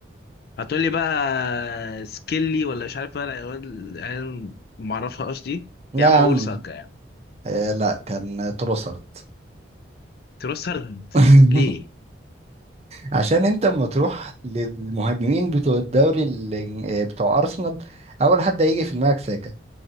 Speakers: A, on the left; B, on the right.
A: هتقول لي بقى سكيلي ولا مش عارف بقى العيال العيال ما اعرفهاش دي
B: لا
A: يا عم
B: يا
A: اقول
B: عم
A: ساكا يعني
B: آه لا كان تروسارد
A: تروسارد
B: <laughs>
A: ليه
B: عشان انت اما تروح للمهاجمين بتوع الدوري ال- آه، بتوع ارسنال اول حد هيجي في دماغك ساكا